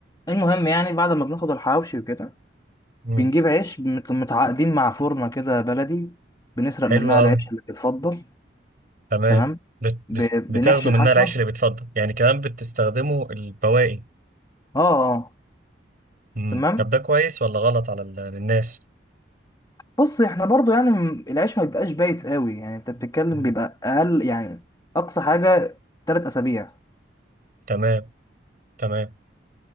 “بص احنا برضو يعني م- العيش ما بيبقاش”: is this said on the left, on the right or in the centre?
Left